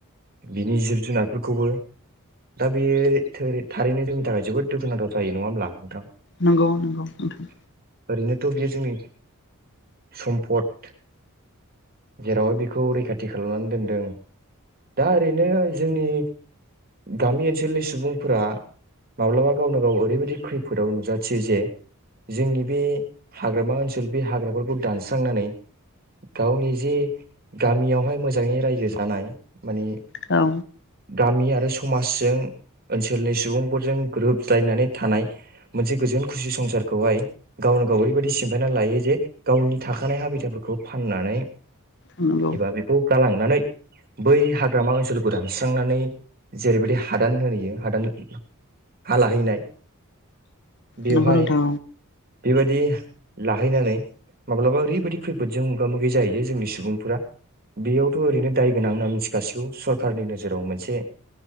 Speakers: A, on the right; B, on the left.
A: बिनि जिब जुनारफोरखौबो दा बे थोरै थारैनो जोंनि थाखाय जबोद दुखुनांथाव जायो नङा होमब्ला नोंथां?
B: नंगौ नंगौ नोंथां
A: ओरैनोथ' बियो जोंनि सम्पद जेरावहाय बिखौ रैखाथि खालामनानै दोनदों दा ओरैनो जोंनि गामि ओनसोलनि सुबुंफोरा माब्लाबा गावनो गाव ओरैबायदि खैफोदाव नुजाथियो जे जोंनि बे हाग्रामा ओनसोल बे हाग्राफोरखौ दानस्रांनानै गावनि जे गामियावहाय मोजाङै रायजो जानाय माने
B: औ
A: गामि आरो समाजजों ओनसोलनि सु बुंफोरजों गोरोबज्लायनानै थानाय मोनसे गोजोन खुसि संसारखौहाय गावनो गाव ओरैबायदि सिमफायना लायो जे गावनि थाखानाय हाबिथाफोरखौ फाननानै
B: नंगौ
A: एबा बेखौ गालाङो। थांनानै बै हाग्रामा ओनसोलखौ दानस्रांनानै जेरैबायदि हादान होनहोयो हादान हा लाहैनाय बेवहाय
B: नंगौ नोंथां
A: बेबायदि लाहैनानै माब्लाबा ओरैबायदि खैफोदजों मोगा मोगि जाहैयो जोंनि सुबुंफोरा बियावथ' ओरैनो दाय गोनां होनना मिथिखासिगौ सरखारनि नोजोराव मोनसे